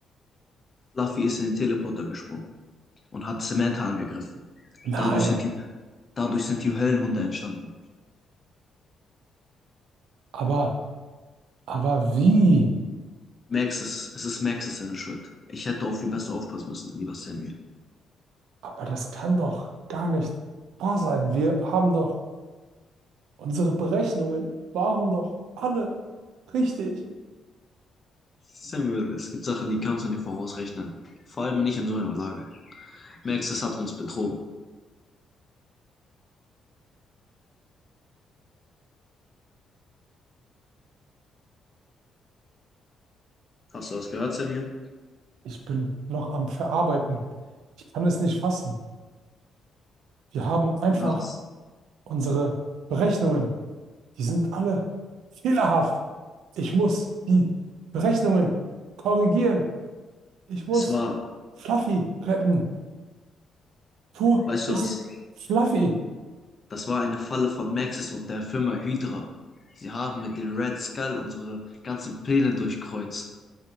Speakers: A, on the left; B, on the right.
A: Fluffy ist in den Teleporter gesprungen und hat Samantha angegriffen.
B: Nein,
A: Dadurch sind die, dadurch sind die Höllenhunde entstanden.
B: aber, aber wie?
A: Max ist, es ist Maxes seine Schuld. Ich hätte auf ihn besser aufpassen müssen, lieber Samuel.
B: Aber das kann doch gar nicht wahr sein. Wir haben doch, unsere Berechnungen waren doch alle richtig.
A: Samuel, es gibt Sachen, die kannst du nicht vorausrechnen. Vor allem nicht in so einer Lage. Maxis hat uns betrogen. Hast du das gehört, Samuel?
B: Ich bin noch am Verarbeiten. Ich kann es nicht fassen. Wir haben einfach
A: Ja, das,
B: unsere Berechnungen. Die sind alle fehlerhaft. Ich muss die Berechnungen korrigieren. Ich muss
A: es war,
B: Fluffy retten. Wo
A: weißt
B: ist
A: du das,
B: Fluffy?
A: das war eine Falle von Maxis und der Firma Hydra. Sie haben mit den Red Skull unsere ganzen Pläne durchkreuzt.